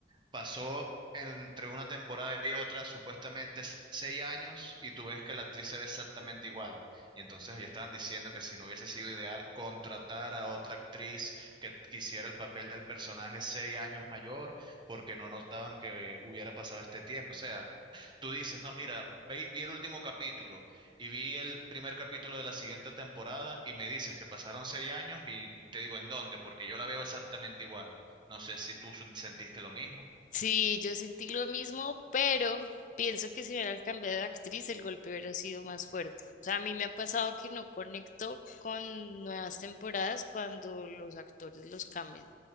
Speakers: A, on the right; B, on the left.
A: Pasó entre una temporada y otra supuestamente seis años y tú ves que la actriz se ve exactamente igual. Y entonces ellos estaban diciendo que si no hubiese sido ideal contratar a otra actriz que quisiera el papel del personaje seis años mayor porque no notaban que hubiera pasado este tiempo. O sea, tú dices, no, mira, ve- vi el último capítulo y vi el primer capítulo de la siguiente temporada y me dices que pasaron seis años y te digo, ¿en dónde? Porque yo la veo exactamente igual. No sé si tú sentiste lo mismo.
B: Sí, yo sentí lo mismo, pero pienso que si hubieran cambiado de actriz, el golpe hubiera sido más fuerte. O sea, a mí me ha pasado que no conecto con nuevas temporadas cuando los actores los cambian.